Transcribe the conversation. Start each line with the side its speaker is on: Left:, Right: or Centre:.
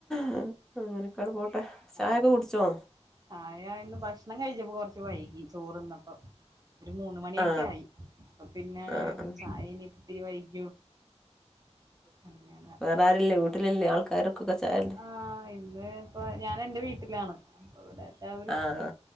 Centre: മാറും അങ്ങനെ ഒക്കെ പോട്ടെ, ചായയൊക്കെ
Right: അതെ
Centre: കുടിച്ചോ?
Right: ചായ ഇന്ന് ഭക്ഷണം കഴിച്ചപ്പോ കൊറച്ച് വൈകി ചോറ് തിന്നപ്പോ. ഒരു മൂന്ന് മണിയൊക്കെ
Centre: ആ
Right: ആയി, അപ്പൊ പിന്നെ
Centre: ആ ആ
Right: ചായ ഇനി ഇത്തിരി വൈകും. അങ്ങനെ
Centre: വേറെ ആരുമില്ലേ വീട്ടിലില്ലേ ആൾക്കാരൊക്കെ ചായയില്ലേ.
Right: ആഹ് ഇന്ന് ഇപ്പൊ ഞാൻ എന്റെ വീട്ടിലാണ്. അപ്പൊ ഇവിടെ എല്ലാവരും
Centre: ആഹ്